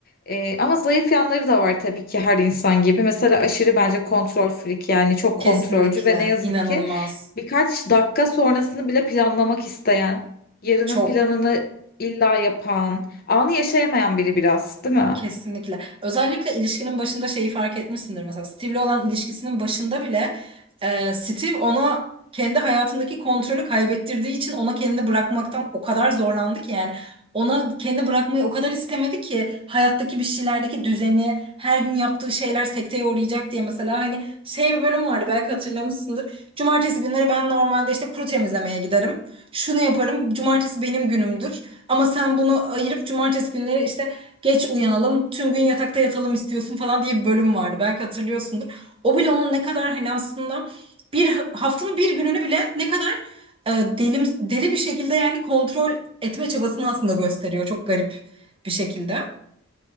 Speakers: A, on the left (about 50°); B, on the right (about 30°).
A: E, ama zayıf yanları da var tabii ki her insan gibi. Mesela aşırı bence kontrol freak yani çok
B: Kesinlikle.
A: kontrolcü ve ne yazık
B: İnanılmaz.
A: ki birkaç dakika sonrasını bile planlamak isteyen, yarının
B: Çok.
A: planını illa yapan, anı yaşayamayan biri biraz, değil mi?
B: Kesinlikle. Özellikle ilişkinin başında şeyi fark etmişsindir. Mesela Steve'le olan ilişkisinin başında bile e, Steve ona kendi hayatındaki kontrolü kaybettirdiği için ona kendini bırakmaktan o kadar zorlandı ki yani ona kendini bırakmayı o kadar istemedi ki hayattaki bir şeylerdeki düzeni, her gün yaptığı şeyler sekteye uğrayacak diye mesela hani şey bir bölüm vardı belki hatırlamışsındır. Cumartesi günleri ben normalde işte kuru temizlemeye giderim. Şunu yaparım. Cumartesi benim günümdür. Ama sen bunu ayırıp cumartesi günleri işte Geç uyanalım, tüm gün yatakta yatalım istiyorsun falan diye bir bölüm vardı. Belki hatırlıyorsundur. O bile onun ne kadar hani aslında bir haftanın bir gününü bile ne kadar e, delim, deli bir şekilde yani kontrol etme çabasını aslında gösteriyor. Çok garip bir şekilde.